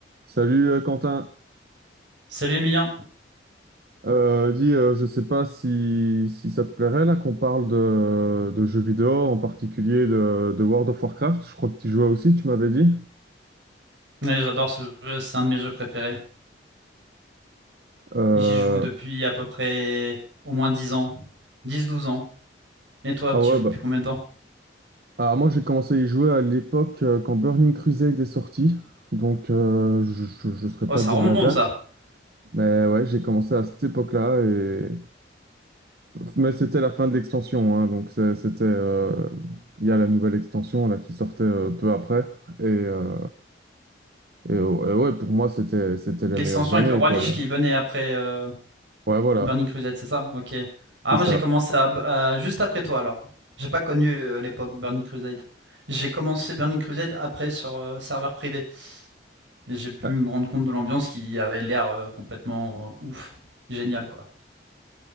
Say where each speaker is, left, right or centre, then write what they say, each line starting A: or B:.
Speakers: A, on the right; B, on the right.
A: Salut euh, Quentin,
B: Salut Emilien,
A: Euh, dis, euh, je sais pas si, si ça te plairait là qu'on parle de, de jeux vidéo, en particulier de, de World of Warcraft. Je crois que tu jouais aussi, tu m'avais dit.
B: Ouais, j'adore ce jeu, c'est un de mes jeux préférés.
A: Euh,
B: J'y joue depuis à peu près au moins 10 ans, dix douze ans. Et toi,
A: ah
B: tu
A: ouais,
B: y joues
A: bah,
B: depuis combien de temps?
A: ah, moi j'ai commencé à y jouer à l'époque euh, quand Burning Crusade est sorti, donc euh, je ne saurais
B: Oh,
A: pas
B: ça
A: dire
B: remonte
A: la date,
B: ça.
A: mais ouais, j'ai commencé à cette époque-là, et... mais c'était la fin de l'extension, hein, donc c'est- c'était... euh, Il y a la nouvelle extension là, qui sortait euh, peu après. Et, euh, Et, et ouais, pour moi, c'était, c'était les
B: L'extension
A: meilleures années,
B: avec le roi
A: quoi.
B: Lich qui venait après euh,
A: Ouais, voilà,
B: Burning Crusade, c'est ça? Ok. Ah,
A: c'est
B: moi
A: ça.
B: j'ai commencé à, à- juste après toi alors. J'ai pas connu euh, l'époque Burning Crusade. J'ai commencé Burning Crusade après sur euh, serveur privé. Et J'ai pu
A: Ah,
B: me rendre compte de l'ambiance qui avait l'air euh, complètement euh, ouf, génial quoi.